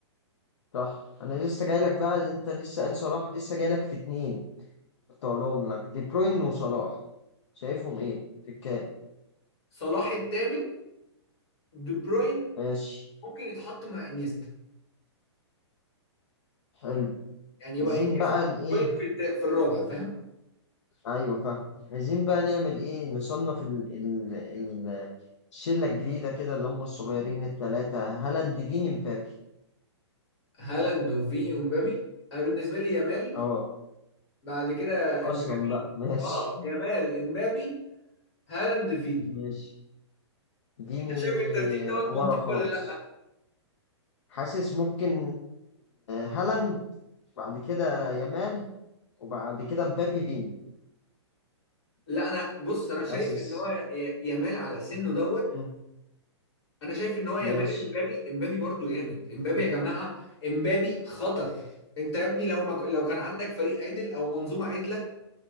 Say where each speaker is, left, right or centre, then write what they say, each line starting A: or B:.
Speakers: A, on the left; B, on the left.
A: صح انا لسه جاي لك بقى انت لسه قال صلاح لسه جاي لك في اتنين كنت هقولهم لك دي بروين وصلاح شايفهم ايه في الكام
B: صلاح الثامن دي بروين
A: ماشي
B: ممكن يتحط مع انيستا
A: حلو
B: يعني يبقى
A: عايزين
B: انيستا
A: بقى
B: دي
A: ن- ايه
B: بروين في الت- في الرابع فاهم
A: ايوه فاهم عايزين بقى نعمل ايه نصنف ال ال ال الشله الجديده كده اللي هم الصغيرين الثلاثه هالاند فيني مبابي
B: هالاند وفيني ومبابي انا بالنسبه لي يامال
A: اه
B: بعد كده
A: اصلا
B: امبابي
A: بقى <laughs> ماشي
B: اه يامال امبابي هالاند فيني
A: ماشي فيني
B: انت شايف الترتيب دوت
A: ورا
B: منطقي
A: خالص
B: ولا لا؟
A: حاسس ممكن هالاند بعد كده يامال وبعد كده مبابي فيني
B: لا انا بص انا شايف
A: حاسس
B: ان هو ي- يامال على سنه دوت
A: مم.
B: انا شايف ان هو يامال
A: ماشي
B: امبابي امبابي برضو جامد امبابي يا جماعه امبابي خطر انت يا ابني لو ما ك... لو كان عندك فريق عدل او منظومه عدله